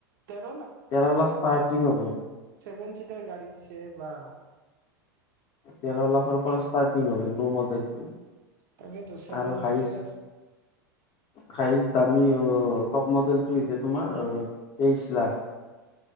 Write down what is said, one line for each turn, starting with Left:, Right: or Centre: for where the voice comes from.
Right: তেৰ
Left: তেৰ লাখ ষ্টাৰ্টিং হ'ব।
Right: ছেভেন চিটাৰ গাড়ী দিছে বাহ।
Left: তেৰ লাখৰ পৰা ষ্টাৰ্টিং হয় ল' মডেলটো।
Right: তাকেতো চেভেন
Left: আৰু হাইছ-
Right: চিটাৰ
Left: হায়েছ দামী অঁ টপ মডেলটো হৈছে তোমাৰ অ তেইশ লাখ।